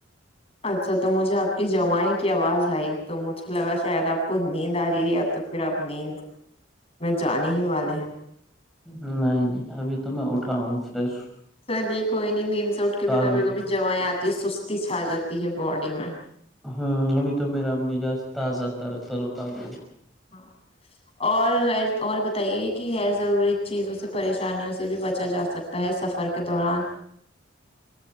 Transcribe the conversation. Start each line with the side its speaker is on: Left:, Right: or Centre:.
Left: اچھا تو مجھے آپ کی جوائ کی آواز آئی تو مجھے لگا شاید آپ کو نیند آ رہی ہے یا تو پھر آپ نیند میں جانے ہی والے ہیں
Centre: نہیں نہیں ابھی تو میں اٹھا ہوں فریش
Left: چلیے کوئی نہیں نیند سے اٹھ کے
Centre: تازہ
Left: بھی کبھی کبھی جیں آتی یہ سستی سی اجاتی ہے باڈی میں
Centre: ہاں ابھی تو میرا مزاج تازہ تر ترو تازہ
Left: ہاں اور اور بتائیے کہ غیر ضروری چیزوں سے پریشانیوں سے بھی بچا جا سکتا ہے سفر کے دوران